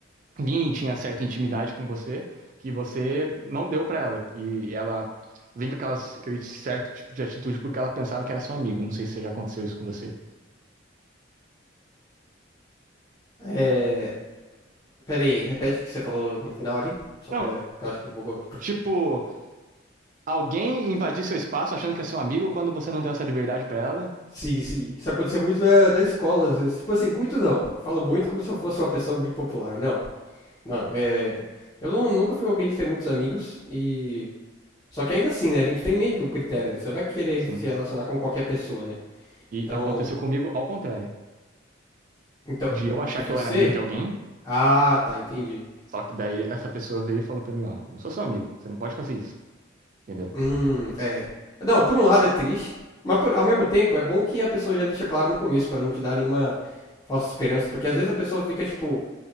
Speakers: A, on the right; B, on the left.
A: vinha e tinha certa intimidade com você que você não deu pra ela. E ela vem com aquelas, aquele certo tipo de atitude porque ela pensava que era seu amigo. Não sei se já aconteceu isso com você.
B: É. Pera aí, repete o que você falou no final ali. Só
A: Não,
B: pra. Porque eu acho que bugou aqui.
A: tipo, alguém invadir seu espaço achando que é seu amigo quando você não deu essa liberdade pra ela.
B: Sim, sim. Isso acontecia muito da, da escola. às vezes. Tipo assim, muito não. Falo muito como se eu fosse uma pessoa muito popular. Não, não. É... Eu não- nunca fui alguém de ter muitos amigos e. Só que ainda assim, né? A gente tem meio que um critério, né? Você não vai querer
A: Sim.
B: se relacionar com qualquer pessoa, né?
A: E
B: Então.
A: aconteceu comigo ao contrário.
B: Então,
A: De eu achar
B: de você?
A: que eu era amigo de alguém,
B: Ah, tá, entendi.
A: só que daí essa pessoa veio e falou pra mim, ó, eu não sou seu amigo, você não pode fazer isso, entendeu?
B: Hum, é. Não, por um lado é triste, mas por- ao mesmo tempo é bom que a pessoa já deixa claro no começo pra não te dar nenhuma falsa esperança, porque às vezes a pessoa fica tipo